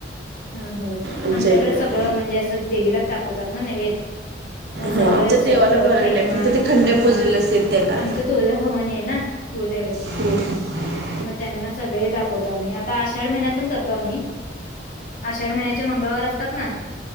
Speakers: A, on the left; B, on the right.
A: हं हो.
B: आमच्या
A: आमच्याकडे
B: इकडं
A: सगळं म्हणजे असं देवीला टाकवतात ना नैवेद. मग
B: हां
A: सगळेच
B: आमच्या देवाला
A: अ
B: बिवाला
A: खैमा.
B: नाही फक्त ते खंडे
A: हं
B: पुजलेले
A: हा
B: असते त्यांना
A: आमचं तुळजा भवानी आहे ना कुळदैवत
B: हो हं
A: मग त्यांना सगळे दाखवतो आम्ही. आता आषाढ महिन्यातून करतो आम्ही आषाढ महिन्याचे मंगळवार असतात ना